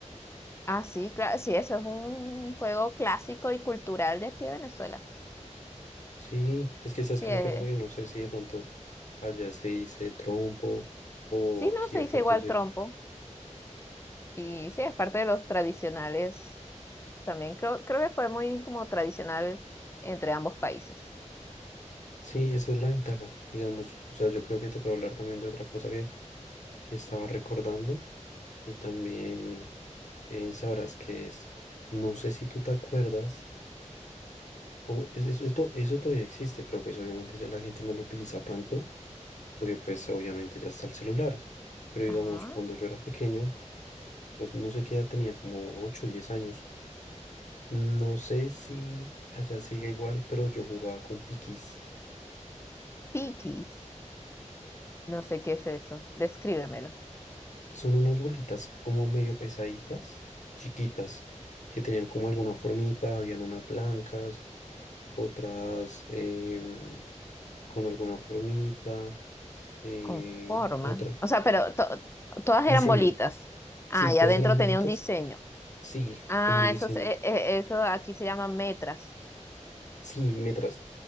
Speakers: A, on the left (about 20°); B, on the left (about 70°).
A: Ah, sí, claro, sí, eso es un juego clásico y cultural de aquí de Venezuela.
B: Sí, es que sabes
A: Sí,
B: que
A: es,
B: lo que pasa que no sé si de pronto allá se dice trompo o
A: Sí,
B: aquí
A: no, se
B: de
A: dice
B: pronto
A: igual
B: se...
A: trompo y sí, es parte de los tradicionales también. Creo, creo que fue muy como tradicional entre ambos países.
B: Sí, esa es la ventaja, digamos. O sea, yo creo que te puedo hablar también de otra cosa que, que estaba recordando y también eh, sabrás que es. No sé si tú te acuerdas, o es- es- esto, eso todavía existe, pero pues obviamente ya la gente no lo utiliza tanto porque pues obviamente ya está el celular. Pero digamos,
A: Ah,
B: cuando yo era pequeño, pues, no sé qué edad tenía, como 8 o 10 años. No sé si allá sigue igual, pero yo jugaba con piquis.
A: piquis, no sé qué es eso, descríbemelo,
B: Son unas bolitas como medio pesaditas, chiquitas, que tenían como alguna formita, habían unas blancas, otras em, con alguna formita, eh,
A: con forma.
B: otras...
A: O sea, pero to- todas
B: Diseño.
A: eran bolitas. Ah,
B: Sí, todas
A: y adentro
B: eran bolitas.
A: tenía un diseño.
B: Sí,
A: Ah,
B: como un diseño.
A: eso, es- e- e- eso aquí se llama metras.
B: Sí, metras.